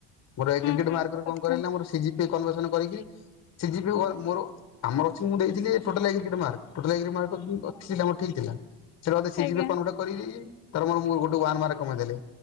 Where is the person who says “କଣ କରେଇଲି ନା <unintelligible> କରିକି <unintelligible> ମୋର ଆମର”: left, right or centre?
Left